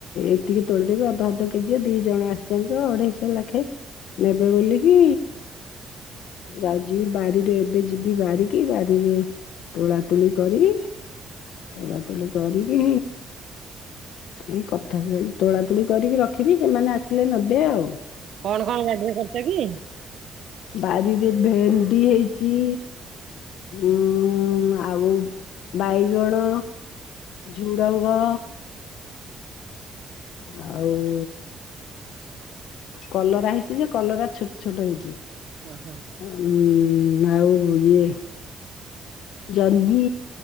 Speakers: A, on the left; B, on the right.
A: ଏତିକି ତୋଳିଦେବି ଅଧ ଅଧ କେଜିଏ ଦି ଜଣ ଆସିଛନ୍ତି ତ ଅଢେଇଶ ଲାଖେ। ନେବେ ବୋଲିକି। ଯାଉଛି ଯିବି ବାରିରୁ ଏବେ ଯିବି ବାରିକି ବାରିରେ ତୋଳା ତୁଳି କରିବି ତୋଳା ତୂଳୀ କରିକି ଏଇ କଥା ତୋଳା ତୋଳି କରିକି ରଖିବି ସେମାନେ ଆସିଲେ ନେବେ ଆଉ।
B: କଣ କଣ ବାଡ଼ିରେ କରିଛ କି?
A: ବାରିରେ ଭେଣ୍ଡି ହେଇଛି ଉଁ ଆଉ ବାଇଗଣ ଝୁଡ଼ଙ୍ଗ ଆଉ। କଲରା ହେଇଛି ଯେ କଲରା ଛୋଟ ଛୋଟ ହେଇଛି।
B: ଆଚ୍ଛା ଆଛ।
A: ଉଁ ଆଉ ଇଏ ଜହ୍ନି